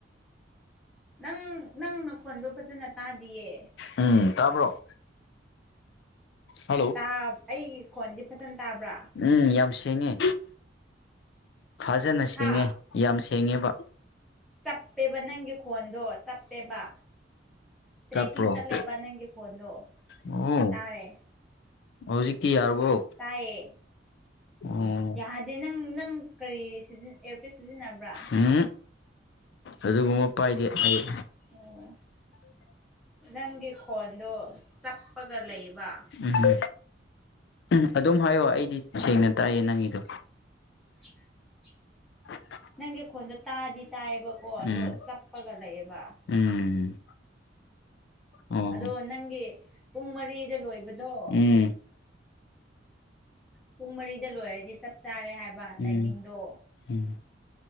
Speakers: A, in the centre; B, on the left.
A: ꯅꯪ ꯅꯪ ꯅꯈꯣꯟꯗꯣ ꯐꯖꯅ ꯇꯥꯗꯤꯌꯦ
B: ꯎꯝ ꯇꯥꯕ꯭ꯔꯣ ꯍꯜꯂꯣ
A: ꯇꯥꯞ ꯑꯩ ꯈꯣꯟꯖꯦ ꯐꯖꯅ ꯇꯥꯕ꯭ꯔꯥ
B: ꯎꯝ ꯌꯥꯝ ꯁꯦꯡꯉꯦ ꯐꯖꯅ ꯁꯦꯡꯉꯦ
A: ꯍꯥ
B: ꯌꯥꯝ ꯁꯦꯡꯉꯦꯕ
A: ꯆꯞꯄꯦꯕ ꯅꯪꯒꯤ ꯈꯣꯟꯗꯣ ꯆꯞꯄꯦꯕ ꯇ꯭ꯔꯦꯛꯀꯤꯡ
B: ꯆꯠꯄ꯭ꯔꯣ
A: ꯆꯠꯂꯦꯕ ꯅꯪꯒꯤ ꯈꯣꯟꯗꯣ
B: ꯑꯣ
A: ꯇꯥꯔꯦ
B: ꯍꯧꯖꯤꯛꯇꯤ ꯌꯥꯔꯕꯣ
A: ꯇꯥꯏꯌꯦ
B: ꯑꯣ
A: ꯌꯥꯗ ꯗꯦ ꯅꯪ ꯅꯪ ꯀꯔꯤ ꯁꯤꯖꯤꯟ ꯑꯦꯌꯔꯄꯤꯁ ꯁꯤꯖꯤꯟꯅꯕ꯭ꯔꯥ
B: ꯎꯝ ꯑꯗꯨꯒꯨꯝꯕ ꯄꯥꯏꯗꯦ ꯑꯩ
A: ꯑꯣ ꯅꯪꯒꯤ ꯈꯣꯟꯗꯣ ꯆꯞꯄꯒ ꯂꯩꯕ
B: ꯎꯝ ꯎꯝ ꯑꯗꯨꯝ ꯍꯥꯏꯌꯣ ꯑꯩꯗꯤ ꯁꯦꯡꯅ ꯇꯥꯏꯌꯦ ꯅꯪꯒꯤꯗꯣ
A: <unintelligible>
B: <unintelligible>
A: ꯅꯪꯒꯤ ꯈꯣꯟꯗꯣ ꯇꯥꯗꯤ ꯇꯥꯏꯌꯦꯕꯀꯣ
B: ꯎꯝ
A: ꯑꯗꯣ ꯆꯞꯄꯒ ꯂꯩꯌꯦꯕ
B: ꯎꯝ ꯑꯣ
A: ꯑꯗꯣ ꯅꯪꯒꯤ ꯄꯨꯡ ꯃꯔꯤꯗ ꯂꯣꯏꯕꯗꯣ
B: ꯎꯝ
A: ꯄꯨꯡ ꯃꯔꯤꯗ ꯂꯣꯏꯔꯗꯤ ꯆꯞ ꯆꯥꯔꯦ ꯍꯥꯏꯕ
B: ꯎꯝ
A: ꯇꯥꯏꯃꯤꯡꯗꯣ
B: ꯎꯝ